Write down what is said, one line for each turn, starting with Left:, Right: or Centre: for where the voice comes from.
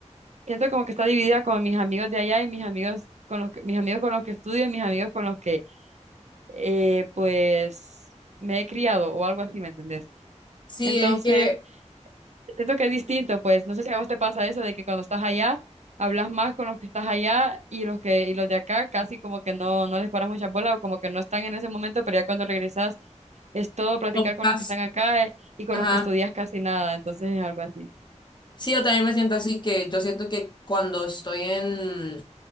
Right: siento como que está dividida con mis amigos de allá y mis amigos con los que, mis amigos con los que estudio y mis amigos con los que eh, pues me he criado o algo así, ¿me entendés?
Left: Sí,
Right: Entonces...
Left: es que,
Right: Siento que es distinto, pues. No sé si a vos te pasa eso de que cuando estás allá, hablas más con los que estás allá y los que, y los de acá casi como que no, no les paras mucha bola o como que no están en ese momento, pero ya cuando regresas es todo platicar
Left: como estás,
Right: con los que están acá eh, y con
Left: ajá.
Right: los que estudias casi nada. Entonces es algo así.
Left: Sí, yo también me siento así que yo siento que cuando estoy en